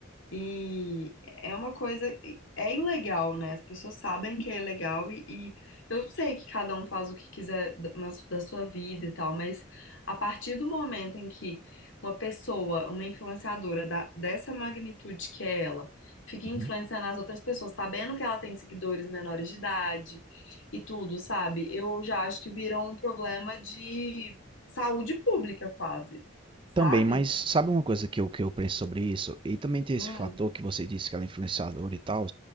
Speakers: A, on the left; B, on the right.
A: E é uma coisa, é ilegal, né? As pessoas sabem que é ilegal e, e eu sei que cada um faz o que quiser da, na- da sua vida e tal, mas a partir do momento em que uma pessoa, uma influenciadora da- dessa magnitude que é ela, fica
B: Uhum.
A: influenciando as outras pessoas, sabendo que ela tem seguidores menores de idade e tudo, sabe? Eu já acho que virou um problema de saúde pública quase, sabe?
B: Também, mas sabe uma coisa que eu, que eu penso sobre isso? E também tem esse
A: Hum,
B: fator que você disse que ela é influenciadora e tal,